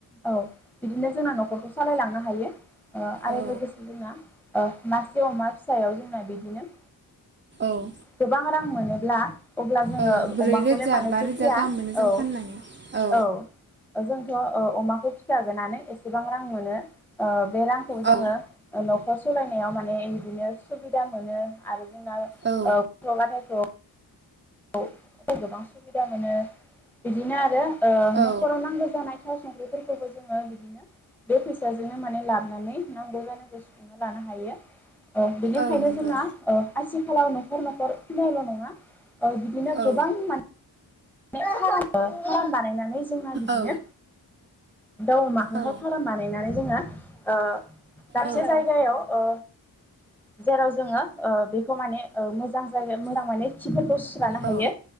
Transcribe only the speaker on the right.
औ
औ
औ ब्रै
रोजा
बा रोजा
गाहाम मोनो जों
फाननानै औ
औ
औ
औ
औ नंगौ
औ
औ
औ
औ
औ